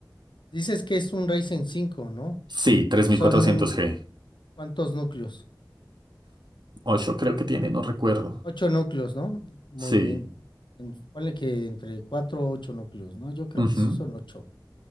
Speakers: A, on the left; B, on the right.
A: dices que es un Ryzen cinco, ¿no?
B: Sí, tres
A: Son
B: mil cuatrocientos g
A: ¿cuántos núcleos?
B: 8 creo que tiene, no recuerdo.
A: Ocho núcleos, ¿no? Muy
B: Sí.
A: bien. En- Ponle que entre cuatro o ocho núcleos, ¿no? Yo creo
B: Ujú.
A: que esos son ocho.